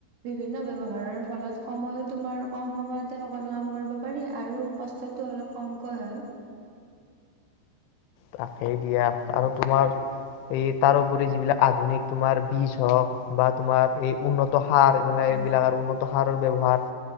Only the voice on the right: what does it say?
বিভিন্ন ব্যৱহাৰৰ ফলত সময়ো তোমাৰ কম সময়তে সকলো কাম কৰিব পাৰি আৰু কষ্টতটো অলপ কমকৈ হয়।
হয়